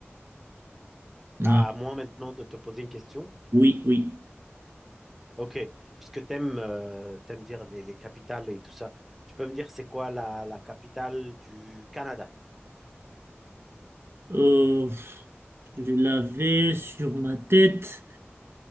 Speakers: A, in the centre; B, on the right.
A: À
B: ah,
A: moi maintenant de te poser une question.
B: oui, oui.
A: Ok, puisque t'aimes euh, t'aimes dire les, les capitales et tout ça, tu peux me dire c'est quoi la, la capitale du Canada?
B: Euh, je l'avais sur ma tête.